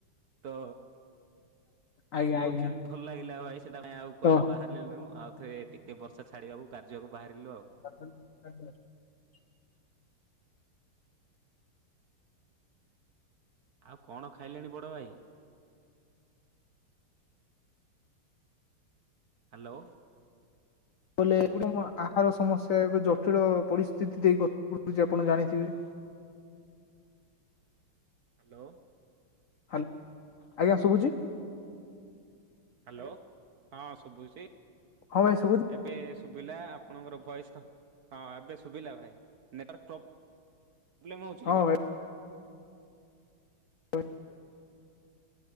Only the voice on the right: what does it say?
ତ
ବହୁଚୀନ
ଭଲ ଲାଗିଲା ଭାଇ ସେଟା ପାଇଁ ଆଉ କୁଆଡେ
ବାହାରିଲୁ ଆଉ ଥେ ଟିକେ ବର୍ଷା ଛାଡିବାକୁ କାର୍ଯ୍ୟକୁ ବାହାରିଲୁ
ଆଉ। ଆଉ କଣ ଖାଇଲେଣି ବଡ ଭାଇ? ହ୍ୟାଲୋ
<inaudible> ହ୍ୟାଲୋ
ହ୍ୟାଲୋ ହଁ ଶୁଭୁଛି
ଏବେ ଶୁଭିଲା ଆପଣଙ୍କର ଭଏସ୍ ହଁ ଏବେ ଶୁଭିଲା ଭାଇ ନେଟୱାର୍କ ପ୍ରୋବ୍ଲେ ପ୍ରୋବ୍ଲେମ ହଉଛି
କି